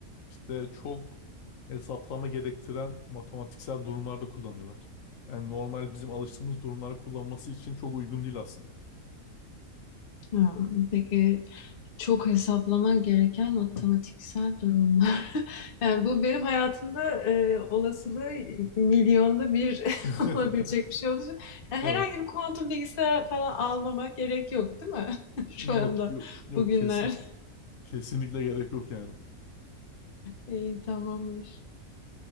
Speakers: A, on the left; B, on the left.
A: işte çok hesaplama gerektiren matematiksel durumlarda kullanıyorlar. Yani normal bizim alıştığımız durumlara kullanması için çok uygun değil aslında.
B: Ha, peki çok hesaplama gereken matematiksel durumlar. <laughs> Yani bu benim hayatımda e, olasılığı milyonda bir
A: <laughs>
B: <laughs> olabilecek bir şey olduğu için yani
A: Evet.
B: herhangi bir kuantum bilgisayar falan almama gerek yok, değil mi? <laughs> Şu
A: Yok
B: anda
A: yok, yok
B: bugünler.
A: kesin kesinlikle gerek yok yani.
B: İyi, tamamdır.